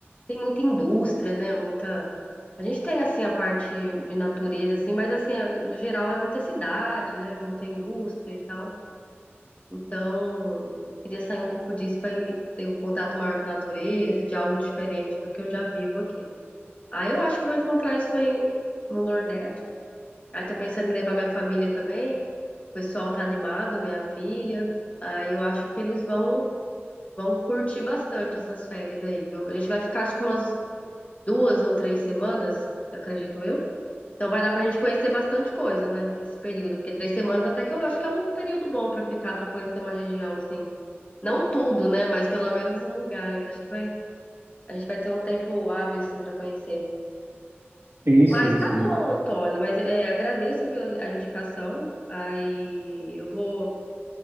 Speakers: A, on the left; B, on the right.
A: Tem muita indústria, né? Muita. A gente tem assim a parte de natureza, assim, mas assim, é- no geral é muita cidade, né? Muita indústria e tal. Então, eu queria sair um pouco disso para ter um contato maior com a natureza, de algo diferente do que eu já vivo aqui, né? Aí eu acho que eu vou encontrar isso aí no Nordeste. Aí tô pensando em levar minha família também. O pessoal tá animado, minha filha. Aí eu acho que eles vão vão curtir bastante essas férias aí, viu? A gente vai ficar acho que umas duas ou três semanas, acredito eu. Então vai dar pra gente conhecer bastante coisa, né? Nesse período, porque três semanas até que eu acho que é um período bom pra ficar, pra conhecer uma região assim. Não tudo, né? Mas pelo menos um lugar ali. Acho que vai, a gente vai ter um tempo hábil assim pra conhecer.
B: Sim, sim,
A: Mas tá
B: sim.
A: bom, Antônio. Mas é, agradeço, viu, a indicação. Aí eu vou